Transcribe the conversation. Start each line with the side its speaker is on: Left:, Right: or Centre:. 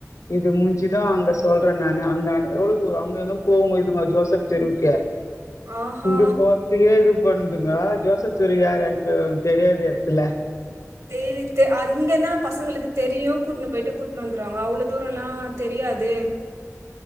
Left: இது முடிஞ்சுதா அங்க சொல்றேன் நானு அங்க எவ்வளவு தூரம் அங்க இருந்தும் போவங்க இதுங்க ஜோசப் தெருக்கு
Right: ஆஹா
Left: இங்க பொறத்துக்கே இது கொண்ணதுங்க ஜோசப் தெரு யார் ம் தெரியாது இடத்துல
Right: டெய்லி த் இங்கன்னா பசங்களுக்கு தெரியும் கூட்டுனு போயிட்டு கூட்டினு வந்துருவாங்க அவ்வளவு தூரம் எல்லாம் தெரியாது